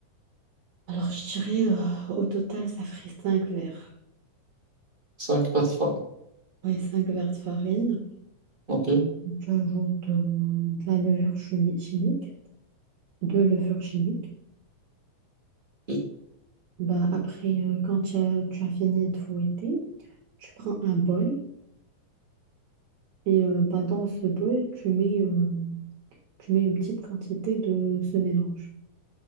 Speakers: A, on the right; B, on the right.
A: Alors je dirais euh, au total ça ferait 5 verres.
B: Cinq par trois.
A: Oui, 5 verres de farine.
B: Ok.
A: Tu ajoutes euh, de la levure chimi- chimique, deux levures chimiques.
B: Ok,
A: Bah, après, euh, quand tu as, tu as fini de fouetter, tu prends un bol et euh, bah, dans ce bol, tu mets... euh, Tu mets une petite quantité de ce mélange.